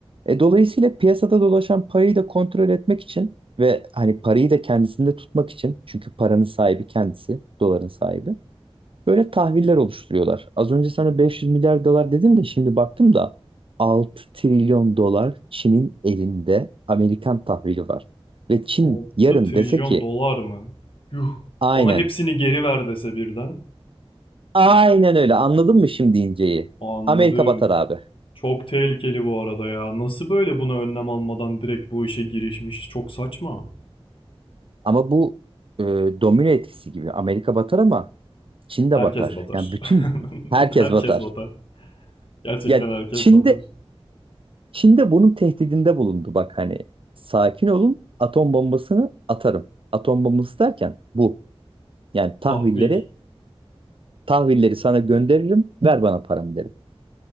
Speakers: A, on the right; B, on the left.
A: E, dolayısıyla piyasada dolaşan parayı da kontrol etmek için ve hani parayı da kendisinde tutmak için çünkü paranın sahibi kendisi, doların sahibi. Böyle tahviller oluşturuyorlar. Az önce sana 500 milyar dolar dedim de şimdi baktım da 6 trilyon dolar Çin'in elinde Amerikan tahvili var. Ve Çin
B: altı
A: yarın
B: trilyon
A: dese ki
B: dolar mı? Yuh.
A: aynen
B: Bana hepsini geri ver dese birden.
A: aynen öyle anladın mı şimdi inceyi?
B: Anladım.
A: Amerika batar abi.
B: Çok tehlikeli bu arada ya. Nasıl böyle buna önlem almadan direkt bu işe girişmiş? Çok saçma.
A: Ama bu e, domino etkisi gibi Amerika batar ama Çin de
B: Herkes
A: batar.
B: batar.
A: Yani bütün
B: <laughs>
A: herkes
B: Herkes
A: batar.
B: batar. Gerçekten
A: Ya
B: herkes
A: Çin'de
B: batar.
A: Çin de bunun tehdidinde bulundu. Bak hani sakin olun atom bombasını atarım. Atom bombası derken bu. Yani tahvilleri
B: Tahvil.
A: tahvilleri sana gönderirim ver bana paramı derim.